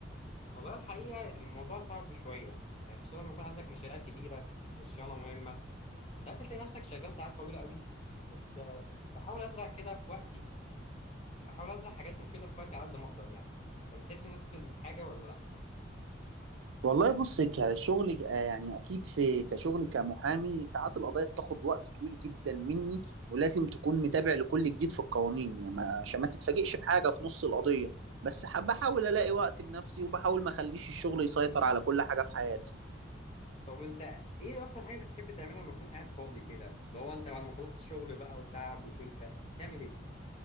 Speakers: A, on the left; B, on the right.
A: والله الحقيقه إن الموضوع صعب شويه يعني خصوصا لما يكون عندك مشاريع كبيره وصيانه مهمه ساعات بتلاقي نفسك شغال ساعات طويله قوي بس آه، بحاول ازرع كده في وقتي بحاول ازرع حاجات مفيده في وقتي على قد ما اقدر يعني انت بتحس نفس الحاجه ولا لا
B: والله بص كشغل آه، يعني اكيد في كشغل كمحامي ساعات القضايا بتاخد وقت طويل جدا مني ولازم تكون متابع لكل جديد في القوانين يعني ما- عشان ما تتفاجئش بحاجه في نص القضيه بس ح- بحاول الاقي وقت لنفسي وبحاول ما اخليش الشغل يسيطر على كل حاجه في حياتي
A: طب وانت ايه اكتر حاجه بتحب تعملها لما تكون قاعد فاضي كده اللي هو انت بعد ما خلصت شغل بقى وتعب وكل ده تعمل ايه